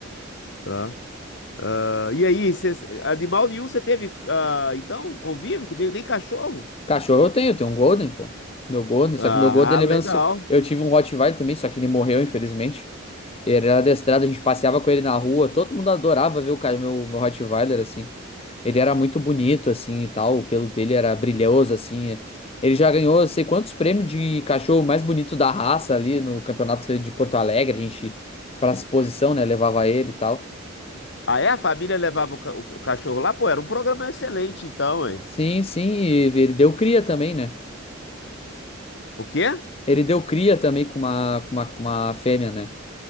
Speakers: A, on the left; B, on the left.
A: tá? Ah, e aí, cês- animal nenhum você teve, ah, então, convívio com nem, nem cachorro?
B: Cachorro eu tenho, eu tenho um Golden, pô. Meu Golden,
A: Ah,
B: só que meu Golden, ele
A: legal.
B: é meio ansioso. Eu tive um Rottweiler também, só que ele morreu, infelizmente. Ele era adestrado, a gente passeava com ele na rua, todo mundo adorava ver o cara, meu, meu Rottweiler, assim. Ele era muito bonito, assim, e tal, o pelo dele era brilhoso, assim. Ele já ganhou, eu sei quantos prêmios de cachorro mais bonito da raça ali no campeonato de Porto Alegre, a gente, pra exposição, né, levava ele e tal.
A: Ah, é? A família levava o, ca- o cachorro lá? Pô, era um programa excelente, então, hein?
B: Sim, sim, e ele deu cria também, né?
A: O quê?
B: Ele deu cria também com uma, com uma, com uma fêmea, né?